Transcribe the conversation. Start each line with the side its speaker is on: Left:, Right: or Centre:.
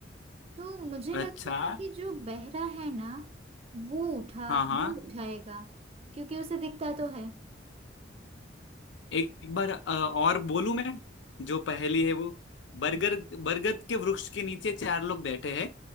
Right: तो मुझे लगता
Left: अच्छा
Right: है कि जो बहरा है ना वो उठा
Left: हाँ हाँ
Right: वो उठाएगा क्योंकि उसे दिखता तो है
Left: एक बार अ, और बोलूं मैं जो पहेली है वो बरगद बरगद के वृक्ष के नीचे चार लोग बैठे हैं